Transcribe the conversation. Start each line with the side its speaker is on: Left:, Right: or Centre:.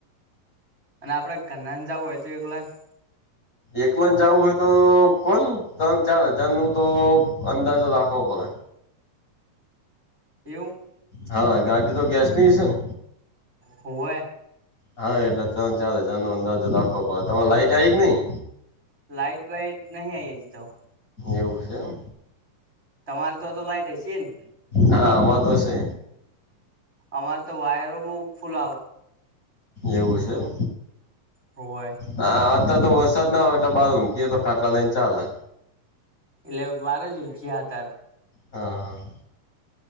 Right: અને આપડે કન્નાન જવું હોય તો એકલા
Left: એકલન જવું હોય તો કોણ ત્રણ ચાર હજાર નું તો અંદાજો રાખવો પડે.
Right: એવું.
Left: હા ગાડી તો ગેસ ની હશે ને?
Right: હોવે.
Left: હા એટલે ત્રણ ચાર હજાર નો અંદાજો દાખવો પડ તમારે લાઈટ આવી કે નહીં?
Right: લાઇટ વાઇટ નહી આઈ હ જી તો.
Left: એવું છે એમ.
Right: તમારે તો તો લાઈટ હશે ને.
Left: હા અમારં તો છે.
Right: અમાર તો વાયર ઓ બહુ ફુલ
Left: એવું છે એમ.
Right: હોવે.
Left: હા અત તો વરસાદ ના હોય એટલે બાર ઊંકીયએ તો ખાટલા લઈને ચાલે.
Right: એટલે બાર જ ગયા હતાર
Left: હા હા.